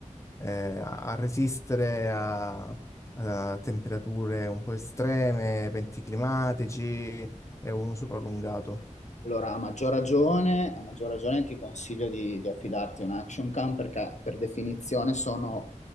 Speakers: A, on the left (about 20°); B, on the left (about 60°).
A: eh, a a resistere a a temperature un po' estreme, eventi climatici e un uso prolungato.
B: Allora, a maggior ragione, a maggior ragione ti consiglio di, di affidarti a un action cam perché per definizione sono,